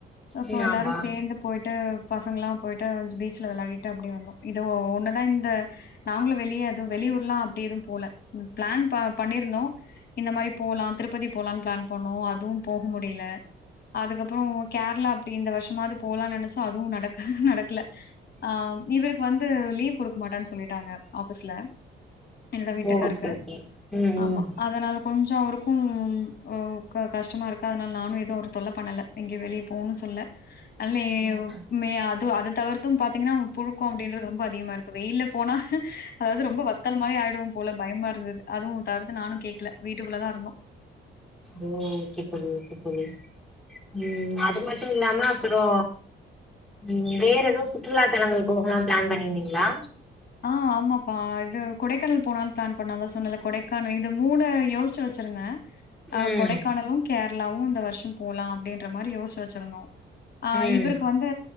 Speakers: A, on the left (about 55°); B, in the centre.
A: அ
B: ம்
A: சோ எல்லாரு
B: ஆமா
A: சேந்து போய் ட்டு பசங்கல்லா போய்ட்டு பீச்ல வெளாடிட்டு அப்டியே வந்தோ இது ஒன்னுதா இந்த நாங்களு வெளிய எது வெளியூர்லா அப்டி எதும் போல ப்ளான் பா பண்ணிர்ந்தோ இந்த மாரி போலா திருப்பதி போலான் ப்ளான் பண்ணோ அதுவும் போக முடில அதுக்கப்றொ கேர்ளா அப்டி இந்த வர்ஷமாவ்து போலான் நெனச்சோ அதுவு நடக்கு நடக்ல ஆ இவருக்கு வந்து லீவ் குடுக்க மாட்டன் சொல்லிட்டாங்க ஆஃபிஸ்ல என்னோட வீட்டுக்காருக்கு
B: ஓ ஓகே ஓகே ம்
A: ஆமா
B: ம்
A: அதனால கொஞ்சொ அவரு ஓ க கஷ்டமா இருக்கா அத்னால நானு ஏது அவர தொல்ல பண்ணல எங்கியு வெளிய போனு சொல்ல அல்லே
B: ம்.
A: மே அது அத தவிர்த்தும் பாத்தீங்கன்னா புழுக்கொ அப்டின்றது ரொம்ப அதிகமா இருக்கு வெயில்ல போனா அதாவ்து ரொம்ப வத்தல் மாரி ஆய்டுவோம் போல பயமா இருந்தது அதுவு தவிர்த்து நானு கேக்ல வீட்டுக்குள்ளதா இருந்தோ
B: ஓ ஓகே தோழி ஓகே தோழி ம் அது மட்டு இல்லாம அப்பறொ ம் வேற எதுவு சுற்றுலா தளங்கள் போகல்லா ப்ளான் பண்ணிருந்தீங்களா
A: ஆ ஆமாப்பா அது கொடைக்கானல் போலான் ப்ளான் பண்ண அதா சொன்னல்ல கொடைக்கானல் இது மூணு யோசிச்சு வச்சிருந்த ஆ
B: ம்
A: கொடைக்கானலு கேரளாவு இந்த வர்ஷம் போலா அப்டின்ற மாரி யோஷ்சி வச் சிர்ந்தோ ஆ
B: ம்
A: இவருக்கு வந்து